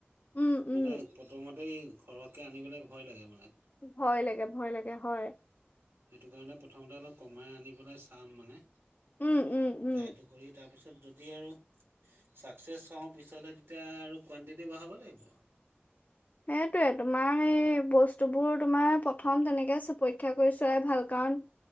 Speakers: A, on the left; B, on the right.
A: উম
B: মানে
A: উম
B: প্ৰথমতে ঘৰহকে আনিবলৈ ভয় লাগে মানে।
A: ভয় লাগে ভয় লাগে হয়।
B: সেইটো কাৰণে প্ৰথমতে অলপ কমাই আনি পেলাই চাম মানে। ট্ৰ্ইটো
A: উম উম উম
B: কৰি তাৰপিছত যদি আৰু। ছাকচেছ হওঁ পিছলৈ তেতিয়া আৰু কুৱণ্টিটি বঢ়াব লাগিব।
A: সেইটোয়ে তোমাৰ এই বস্তু বোৰ তোমাৰ প্ৰথম তেনেকে পৰীক্ষা কৰি চোৱাই ভাল কাম।